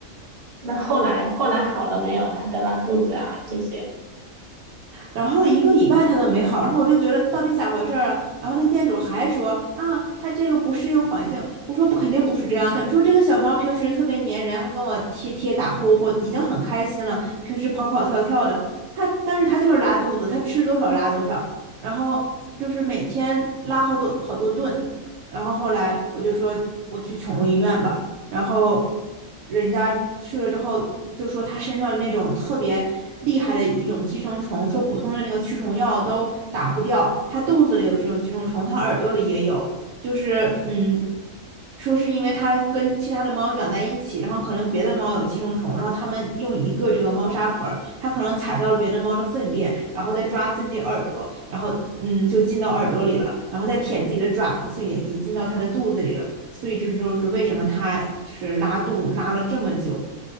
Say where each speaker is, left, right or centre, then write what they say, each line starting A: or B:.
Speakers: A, on the right (about 50°); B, on the right (about 85°).
A: 那后来后来好了没有？他的拉肚子啊这些，
B: 然后一个礼拜它都没好，然后我就觉得到底咋回事儿啊？然后那店主还说啊，它这个不适应环境。我说不，肯定不是这样。他说这个小猫平时特别粘人，还跟我贴贴打呼呼，已经很开心了。平时跑跑跳跳的，它但是它就是拉肚子，它吃多少拉多少，然后就是每天拉好多好多顿。然后后来我就说我去宠物医院吧。然后人家去了之后就说他身上那种特别厉害的一种寄生虫，说普通的那个驱虫药都打不掉，他肚子里有这种寄生虫，他耳朵里也有，就是嗯，说是因为他跟其他的猫养在一起，然后可能别的猫有寄生虫，然后他们用一个这个猫砂盆儿，它可能踩到了别的猫的粪便，然后再抓自己耳朵，然后嗯就进到耳朵里了，然后再舔自己的爪子，所以也也进到它的肚子里了。所以这就是为什么它就是拉肚拉了这么久。